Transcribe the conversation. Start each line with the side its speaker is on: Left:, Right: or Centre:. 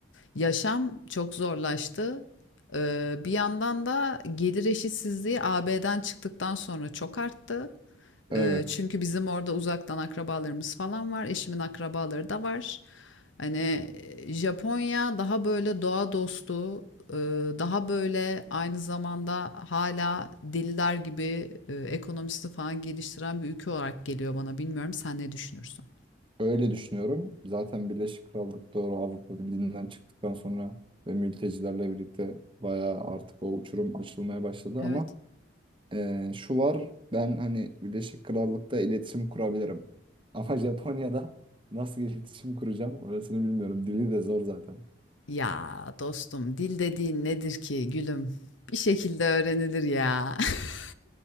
Left: Yaşam çok zorlaştı. Ee, bir yandan da gelir eşitsizliği AB'den çıktıktan sonra çok arttı.
Right: Evet.
Left: Ee, çünkü bizim orada uzaktan akrabalarımız falan var. Eşimin akrabaları da var. Hani e, Japonya daha böyle doğa dostu, e, daha böyle aynı zamanda hala deliler gibi ekonomisi falan geliştiren bir ülke olarak geliyor bana. Bilmiyorum sen ne düşünürsün?
Right: Öyle düşünüyorum. Zaten Birleşik Krallık doğru Avrupa Birliği'nden çıktıktan sonra ve mültecilerle birlikte bayağı artık o uçurum açılmaya başladı
Left: Evet.
Right: ama eee, şu var ben hani Birleşik Krallık'ta iletişim kurabilirim. Ama <laughs> Japonya'da nasıl iletişim kuracağım orasını bilmiyorum. Dili de zor zaten.
Left: Ya dostum dil dediğin nedir ki gülüm? Bir şekilde öğrenilir ya. <laughs>